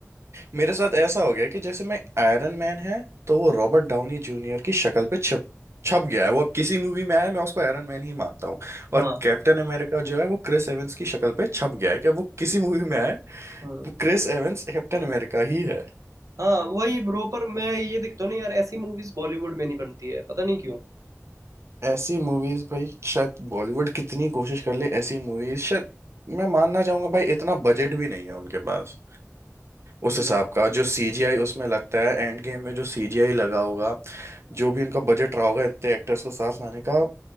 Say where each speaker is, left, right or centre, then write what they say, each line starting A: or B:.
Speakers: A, on the right (about 55°); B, on the right (about 85°).
A: मेरे साथ ऐसा हो गया कि जैसे मैं आयरन मैन है तो वो रॉबर्ट डाउनी जूनियर की शक्ल पे छप छप गया है वो अब किसी मूवी में आया मैं उसको आयरन मैन ही मानता हूँ और
B: हाँ
A: कैप्टन अमेरिका जो है वो क्रिस एवेंस की शक्ल पे छप गया है क्या वो किसी मूवी में आए
B: हम्म
A: क्रिस एवेंस कैप्टन अमेरिका ही है
B: हाँ वही ब्रो पर मैं ये देखता हूँ ना यार ऐसी मूवीज बॉलीवुड में नहीं बनती है पता नहीं क्यों
A: ऐसी मूवीज भाई शायद बॉलीवुड कितनी कोशिश कर ले ऐसी मूवीज शायद मैं मानना चाहूंगा भाई इतना बजट भी नहीं है उनके पास उस
B: हम्म
A: हिसाब का जो सीजीआई उसमें लगता है एंड गेम में जो सीजीआई लगा होगा जो भी उनका बजट रहा होगा इतने एक्टर्स को साथ लाने का